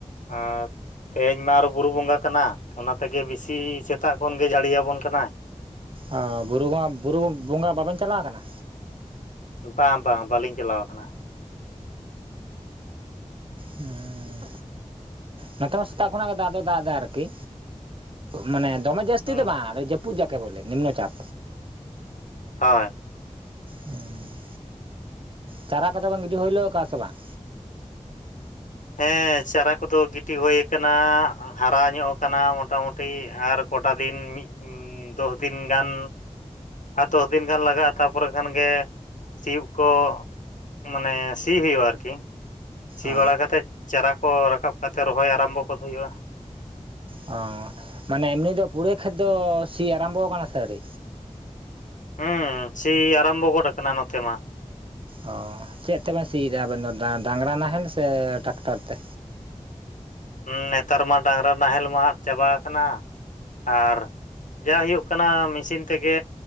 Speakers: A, on the left; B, on the right.
A: ᱟᱨ ᱛᱮᱦᱮᱧ ᱢᱟ ᱟᱨᱚ ᱵᱩᱨᱩ ᱵᱚᱸᱜᱟ ᱠᱟᱱᱟ᱾ ᱚᱱᱟ ᱛᱮᱜᱮ ᱵᱮᱥᱤ ᱥᱮᱛᱟᱜ ᱠᱷᱚᱱ ᱜᱮ ᱡᱟᱹᱲᱤᱭᱟᱵᱚᱱ ᱠᱟᱱᱟ᱾
B: ᱚ ᱵᱩᱨᱩ ᱵᱩᱨᱩ ᱵᱚᱸᱜᱟ ᱵᱟᱵᱮᱱ ᱪᱟᱞᱟᱣ ᱟᱠᱟᱱᱟ
A: ᱵᱟᱝ ᱵᱟᱝ ᱵᱟᱹᱞᱤᱧ ᱪᱟᱞᱟᱣ ᱟᱠᱟᱱᱟ᱾
B: ᱦᱮᱸ ᱱᱚᱛᱮ ᱢᱟ ᱥᱮᱛᱟᱜ ᱠᱷᱚᱱᱟᱜ ᱜᱮ ᱫᱟᱜ ᱫᱚ ᱫᱟᱜ ᱮᱫᱟ ᱟᱨᱠᱤ ᱢᱟᱱᱮ ᱫᱚᱢᱮ ᱡᱟᱹᱥᱛᱤ
A: ᱦᱩᱸ
B: ᱫᱚ ᱵᱟᱝ ᱡᱟᱹᱯᱩᱫ ᱡᱟᱠᱮ ᱵᱚᱞᱮ ᱱᱤᱢᱱᱚ ᱪᱟᱯ
A: ᱦᱳᱭ
B: ᱦᱮᱸ ᱪᱟᱨᱟ ᱠᱚᱫᱚ ᱵᱟᱝ ᱜᱤᱰᱤ ᱦᱩᱭᱞᱳ ᱟᱠᱟᱼᱟ ᱥᱮ ᱵᱟᱝ
A: ᱦᱮᱸ ᱪᱟᱨᱟ ᱠᱚᱫᱚ ᱜᱤᱰᱤ ᱦᱩᱭ ᱟᱠᱟᱱᱟ ᱦᱟᱨᱟ ᱧᱚᱜ ᱟᱠᱟᱱᱟ ᱢᱚᱴᱟᱢᱩᱴᱤ ᱟᱨ ᱠᱚᱴᱟ ᱫᱤᱱ ᱢᱤᱫ ᱫᱚᱥ ᱫᱤᱱ ᱜᱟᱱ ᱟᱨ ᱫᱚᱥ ᱫᱤᱱ ᱜᱟᱱ ᱞᱟᱜᱟᱜᱼᱟ ᱛᱟᱨᱯᱚᱨᱮ ᱠᱷᱟᱱᱜᱮ ᱥᱤᱭᱚᱜ ᱠᱚ ᱢᱟᱱᱮ ᱥᱤ ᱦᱩᱭᱩᱜᱼᱟ ᱟᱨᱠᱤ ᱥᱤ
B: ᱚ
A: ᱵᱟᱲᱟ ᱠᱟᱛᱮᱫ ᱪᱟᱨᱟ ᱠᱚ ᱨᱟᱠᱟᱵ ᱠᱟᱛᱮ ᱨᱚᱦᱚᱭ ᱟᱨᱟᱢᱵᱚ ᱠᱚ ᱦᱩᱭᱩᱜᱼᱟ
B: ᱦᱳᱭ ᱢᱟᱱᱮ ᱮᱢᱱᱤ ᱫᱚ ᱯᱩᱨᱤ ᱠᱷᱟᱫᱽᱫᱚ ᱥᱤ ᱟᱨᱟᱢᱵᱚ ᱠᱟᱱᱟ ᱥᱮ ᱟᱣᱨᱤ
A: ᱦᱩᱸ ᱥᱤ ᱟᱨᱟᱢᱵᱚ ᱜᱚᱫ ᱟᱠᱟᱱᱟ ᱱᱚᱛᱮ ᱢᱟ
B: ᱚᱻ ᱪᱮᱫ ᱛᱮᱵᱮᱱ ᱥᱤᱭᱮᱫᱼᱟ ᱟᱵᱮᱱ ᱫᱚ ᱫᱟ ᱰᱟᱝᱨᱟ ᱱᱟᱦᱮᱞ ᱥᱮ ᱴᱟᱠᱴᱟᱨ ᱛᱮ
A: ᱦᱮ ᱱᱮᱛᱟᱨ ᱢᱟ ᱰᱟᱝᱨᱟ ᱱᱟᱦᱮᱞ ᱢᱟ ᱟᱫ ᱪᱟᱵᱟ ᱠᱟᱱᱟ ᱟᱨ ᱡᱟ ᱦᱩᱭᱩᱜ ᱠᱟᱱᱟ ᱢᱮᱥᱤᱱ ᱛᱮᱜᱮ